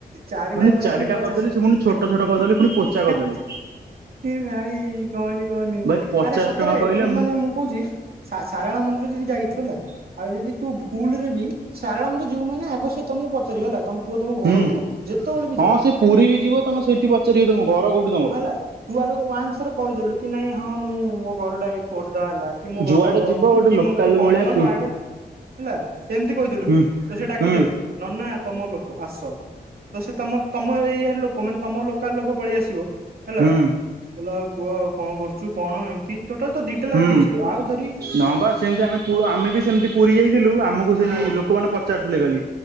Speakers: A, on the right; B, on the right.
A: ଚାରିଟା
B: ମାନେ
A: କଦଳୀ ପଚାଶ
B: ସେ
A: ଟଙ୍କା।
B: ପୁଣି ଛୋଟ ଛୋଟ କଦଳୀ ପୁଣି ପୋଚା କଦଳୀ
A: ଏ ଭାଇ କହନି କହନି।
B: ଭାଇ ପଚାଶ
A: ଆରେ ସତରେ
B: ଟଙ୍କା କହିଲେ
A: ତୁ ମାନେ ମୁଁ କହୁଚି ଶା-ଶାରଳା ମନ୍ଦିର ଯଦି ଯାଇଛୁ ହେଲା ଆଉ ଯଦି ତୁ ଭୁଲରେ ବି ଶାରଳା ମନ୍ଦିର ଯିବୁ ମାନେ ଆଗ ସେ ତମକୁ ପଚାରିବ ହେଲା ତମ ପୁଅ ତମ ଘର
B: ହୁଁ
A: କୋଉଠି? ଯେତେବେଳେ ବି ଯା
B: ହଁ ସେ ପୁରୀ ବି ଯିବ ତମେ ସେଇଠି ପଚାରିବ ତମ ଘର କୋଉଠି ତମର
A: ହେଲା। ତୁ ଆଗ ତ ୱାନ୍ସ ରେ କହିଦେଲୁ କି ନାଇଁ ହଁ ମୁଁ ମୋ ଘରଟା ଏଇ ଖୋର୍ଦ୍ଧା ହେଲା କି ମୋ ଘର
B: ଯୁଆଡେ
A: ଟା ବରହ୍ମପୁର
B: ଯିବ ଗୋଟେ
A: କି
B: ଲୋକାଲ
A: ମୋ ଘର କନ୍ଧମାଳ,
B: ଭଳିଆ ପି
A: ନୟାଗଡ଼ ହେଲା ଏମିତି କହିଦେଲୁ
B: ହୁଁ
A: ତ ସେ ଡାକିଦେବେ
B: ହୁଁ
A: ନନା ତମ ଲୋକ ଆ ଆସ ତ ସେ ତମ ତମ ଏରିଆର ଲୋକ ମାନେ ତମ ଲୋକାଲ ଲୋକ ପଳେଇ ଆସିବ ହେଲା।
B: ହୁଁ
A: ହେଲ ଆଉ ପୁଅ ଆଉ କଁ କରୁଚୁ କଣ ଏମିତି ଟୋଟାଲ ତୋ ଡିଟେଲ୍
B: ହୁଁ
A: ଆଗ ବୁଝିବେ, ଆଉ ଥରି
B: ହଁ ବା ସେମିତି ଆମେ ପୁ ଆମେ ବି ସେମିତି ପୁରୀ ଯାଇଥିଲୁ ଆମକୁ ସେମିତି
A: ହଁ
B: ଲୋକମାନେ ପଚାରୁଥିଲେ ଖାଲି।